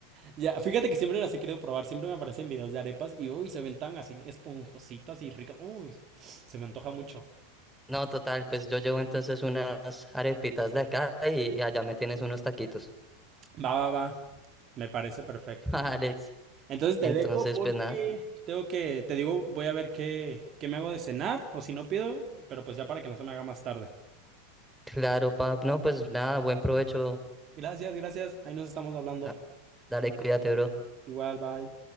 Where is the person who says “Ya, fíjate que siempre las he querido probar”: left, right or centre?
Right